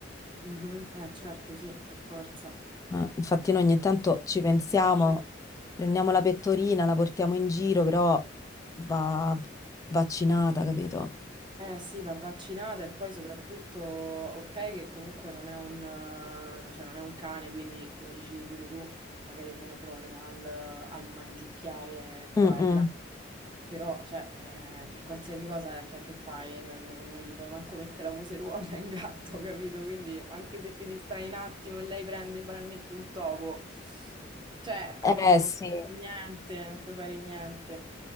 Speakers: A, on the right; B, on the left.
A: Mhm. Eh, certo, sì, per forza.
B: Eh. Infatti noi ogni tanto ci pensiamo,
A: Tace.
B: prendiamo la pettorina, la portiamo in giro, però va vaccinata, capito?
A: Eh sì, va vaccinata e poi soprattutto, ok, che comunque non è un, eh, cioè non è un cane, quindi come dicevi pure tu, magari è meno prone al, al mangiucchiare qua
B: Mm-mm.
A: e là, però cioè, eh, per qualsiasi cosa cioè, che fai, non, non- non gli puoi manco mettere la museruola, è un gatto, <laughs> capito? Quindi anche se ti distrai un attimo e lei prende banalmente un topo, cioè,
B: Eh
A: capito, non
B: sì,
A: puoi fare niente, non puoi fare niente.